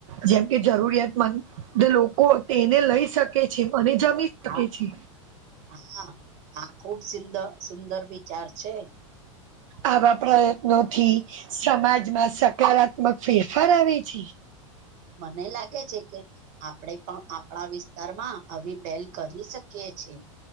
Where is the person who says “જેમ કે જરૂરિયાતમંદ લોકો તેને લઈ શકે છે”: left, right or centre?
Right